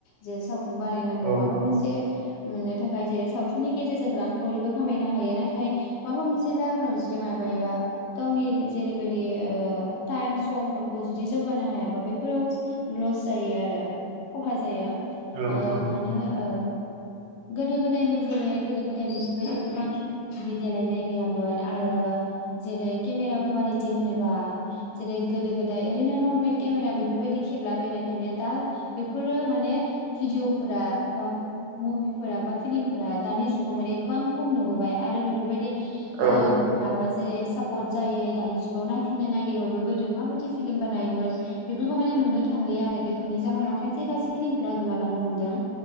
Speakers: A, on the left (about 80°); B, on the right (about 85°).
A: जे सावथुन बानायनांगौ
B: औ
A: माबा मोनसे मोननो थाखाय जेरै सावथुननि गेजेरजों रांखावरिबो खामायनो हायो नाथाय माबा मोनसे जाहोनाव जुदि माबायोबा गावनि जेरैबायदि टाइम समफोरखौ जुदि जौगानो हायाबा बेफोराव लस जायो आरो खहा जायो
B: औ
A: ओ मानो ओ गोदो गोदायनि जेरै गोदो गोदाय बेफोरबायदि गोबां बिदि देलायनाय गैयामोन आरो जेरै केमेरा कुवालिटि होनोबा जेरै गोदो गोदाय ओरैनो नरमेल केमेरा बेफोरबायदि खेबलाबायनायखायनो दा बेफोरो माने भिडिअ'फोरा बा मुभिफोरा बा फिलिमफोरा दानि जुगाव माने गोबां खम नुबोबाय आरो बेफोरबायदि
B: औ
A: ओ माबा जेरै सापर्ट जायै दानि जुगाव नायफिननो नागिरबाबो गोदो माबायदि फिलिम बानायोमोन बेफोरखौ माने नुनो थांलिया आरो बेफोरनि जाहोनाव खायसे खायसे फिलिमफोरा गोमालांनो हमदों